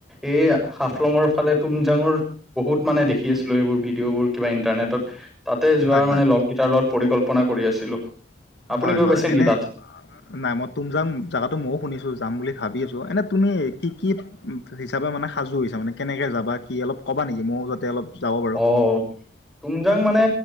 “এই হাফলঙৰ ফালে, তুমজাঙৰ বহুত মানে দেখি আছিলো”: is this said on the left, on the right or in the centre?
Centre